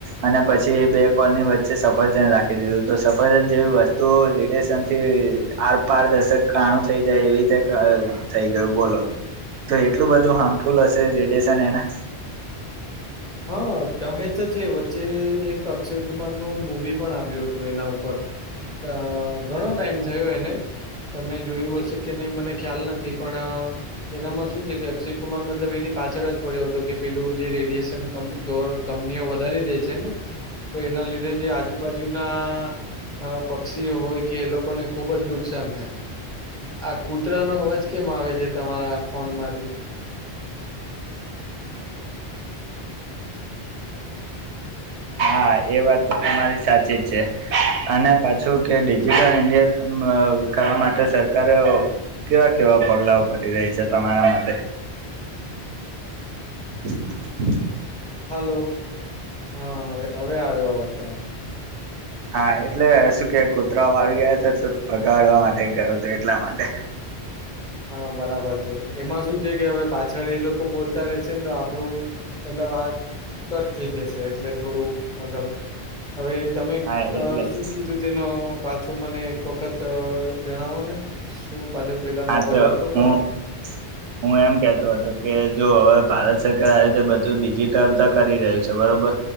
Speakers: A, on the right; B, in the centre.
A: અને પછી એ બે કોલની વચ્ચે સફરજન રાખી દીધું તો સફરજન જેવી વસ્તુ. તો રેડિયશન થી આર પારદર્શક કાણું થઈ જાય એવી રીતે. થઈ ગયું બોલો તો એટલું બધું હાર્મફુલ હશે રેડિેશન એના.
B: હા કહે તો છે વચ્ચે એક અક્ષય કુમાર નું મુવી પણ આવ્યું હતું એના ઉપર. અ ઘણો ટાઈમ થયો એને. તમે જોયું હશે કે નહી મને ખ્યાલ નથી પણ. એનામાં શું છે કે અક્ષય કુમાર મતલબ એની પાછળ જ પડ્યો હતો કે પેલું જે રેડિએેશન. કંપનીઓ વધારી દે છે ને તો એના લીધે જે આજુબાજુના અ પક્ષીઓ હોય કે એ લોકોને ખુબ જ નુકસાન થાય. આ કૂતરાનો અવાજ કેમ આવે છે તમારા ફોનમાંથી.
A: હા એ વાત તો તમારી સાચી જ છે. અને પાછું કે ડિજિટલ ઇન્ડિયા અ કરવા માટે સરકારે. કેવા કેવા પગલાંઓ ઉપાડી રહી છે તમારા માટે. <inaudible> <unintelligible>
B: હલો હા હવે હવે આવ્યો અવાજ તમારો.
A: હા એટલે શું કે કુતરાઓ આવી ગયા હતા તો ભગાડવા માટે ગયો હતો એટલા માટે.
B: હા બરાબર છે એમાં શું છે કે હવે. પાછળ એ લોકો બોલતા રેશે ને તો આપણું મતલબ આ. કટ થઈ જશે એટલે થોડું મતલબ હવે તમે
A: હા એટલે
B: અ શું
A: જ
B: કીધું. ન પાછો મને એક વખત જણાવો ને શું પાછળ પેલા. અવાજ
A: હા તો
B: આવતો હતો.
A: હું હું એમ કેતો હતો કે જો હવે ભારત સરકાર આવી રીતે બધું ડિજટલ તો કરી રહ્યું છે બરોબર.